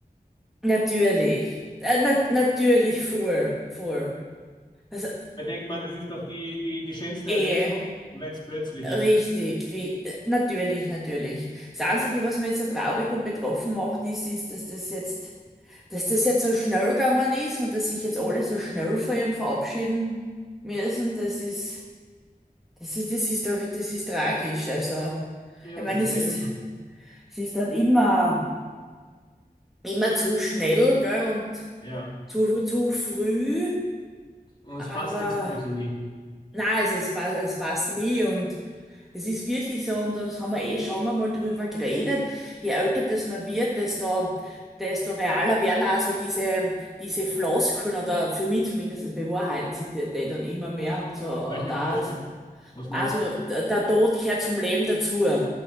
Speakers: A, in the centre; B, on the left (about 30°).
A: Natürlich. Äh, na natürlich voll, voll. Also,
B: Ich denke mal, das ist doch die, die, die schönste
A: äh,
B: Erlösung,
A: eh,
B: wenn es plötzlich ist.
A: richtig, ri äh, natürlich, natürlich. Das Einzige, was mich jetzt so traurig und betroffen macht, ist, ist, dass das jetzt, dass das jetzt so schnell gegangen ist und dass sich jetzt alle so schnell von ihm verabschieden müssen. Das ist. Das ist, das ist doch, das ist tragisch. Also,
B: Ja,
A: ich
B: es
A: meine,
B: ist das
A: es
B: Leben.
A: ist, es ist dann immer, immer zu schnell, gell, und
B: Ja,
A: zu, zu früh,
B: und es
A: aber
B: passt ja sowieso nie.
A: nein, es, es passt, es passt nie und es ist wirklich so, und das haben wir eh schon einmal drüber geredet. Je älter das man wird, desto, desto realer werden auch so diese, diese Floskeln oder für mich zumindest bewahrheiten sich die, die dann immer mehr und so,
B: Welche
A: und auch,
B: Floskel?
A: so-
B: Was
A: also,
B: meinst du?
A: der der Tod gehört zum Leben dazu.